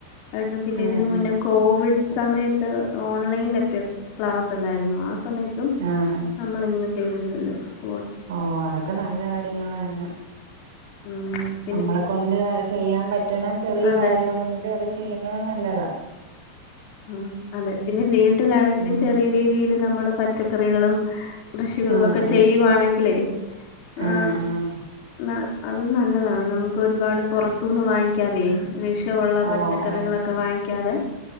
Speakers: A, on the left; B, on the right.
A: ആയിട്ടും പിന്നെ
B: ഉം
A: ഇതിന്
B: ഉം
A: മുന്നെം കോവിഡ് സമയത്ത് ഓൺലൈനിലൊക്കെ ക്ലാസെല്ലായിരുന്നൊ ആ സമയത്തും
B: ആഹ് ആഹ്
A: നമ്മളിങ്ങനെ ചെയ്തിട്ടുണ്ട് ഫോ
B: ഓഹ് അതൊക്കെ നല്ല കാര്യങ്ങളെന്നെ.
A: ആഹ്
B: നമ്മളെ കൊണ്ട് ചെയ്യാൻ പറ്റ്ണ ചെറിയ
A: അതെ
B: കാര്യമാണെങ്കിലും അത് ചെയ്യുന്നത് നല്ലതാ.
A: ആഹ് അതെ. പിന്നെ വീട്ടിലാണെങ്കിലും
B: ഉം
A: ചെറിയ രീതിയില് നമ്മള് പച്ചക്കറികളും കൃഷികളും
B: ആഹ്
A: ഒക്കെ
B: ആഹ്
A: ചെയ്യുവാണെങ്കിലേ ആ
B: ആഹ് ആഹ്
A: ന അതും നല്ലതാണ്. നമുക്ക് ഒരുപാട് പുറത്തൂന്ന് വാങ്ങിക്കാതെയേ വിഷവുള്ള
B: ഓ
A: പച്ചക്കറികളൊ
B: ഓ
A: ക്ക വാങ്ങിക്കാതെ